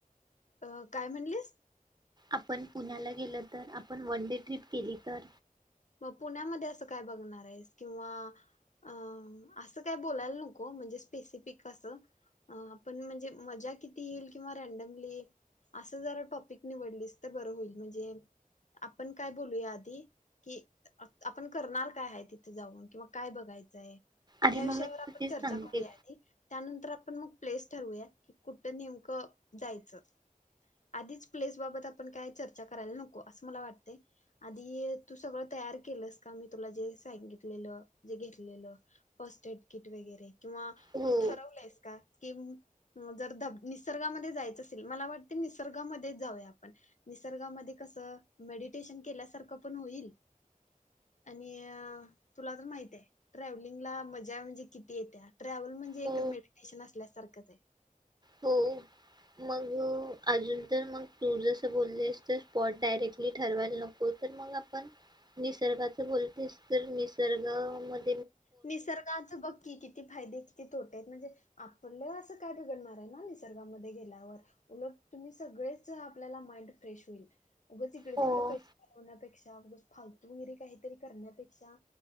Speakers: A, on the left; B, on the right.
A: अ काय म्हणलीस?
B: आपण पुण्याला गेल तर, आपण वन डे ट्रिप केली तर?
A: मग पुण्यामध्ये असं काय बघणार आहेस किंवा अ -असं काय बोलायला नको, म्हणजे स्पेसिफिक असं. अ -आपण म्हणजे मजा किती येईल किंवा रँडमली. असं जरा टॉपिक निवडलीस तर बरं होईल. म्हणजे आपण काय बोलूया आधी कि आपण करणार काय आहे, तिथं जाऊन किंवा काय बघायचंय.
B: अरे
A: ह्या
B: मग
A: विषयावर
B: मी तुला
A: आपण
B: तेच
A: चर्चा
B: सांगते
A: करूया आधी त्यानंतर, आपण मग प्लेस ठरवूया की कुठ नेमकं जायचं? आधीच प्लेस बाबत आपण काय चर्चा करायला नको, असं मला वाटतंय आधी तू सगळं तयार केलसं का, मी तुला जे सांगितलेल जे घेतलेलं फॉस्फेट किट वगैरे? किंवा
B: हो
A: तू ठरवलयसं का? कि जर धब -निसर्गामध्ये जायचं असेल, मला वाटतंय निसर्गामध्ये जाऊया आपण. निसर्गामध्ये कसं मेडिटेशन केल्या सारखं पण होईल. आणि तुला तर माहित आहे, ट्रॅव्हलिंगला मजा म्हणजे किती येत्या. ट्रॅव्हल म्हणजे, एकच
B: हो
A: मेडीटेशन असल्या सारखंच हाय.
B: हो, मग अजून
A: <inaudible>
B: तर मग तू जसं बोललेस तर स्पॉट डायरेक्टली ठरवायला नको, तर मग आपण निसर्गाच बोलू निसर- निसर्ग म
A: निसर्गाच बघं की, किती फायदे? किती तोटे आहेत म्हणजे, आपलं असं काय बिघडणार आहे ना निसर्गामध्ये गेल्यावर उलट तुम्ही स सगळेच आपल्याला माईंड फ्रेश होईल, उगाच इकडे
B: हो
A: तिकडे पैसे घालवण्या पेक्षा उगच फालतू वगैरे काहीतरी, करण्यापेक्षा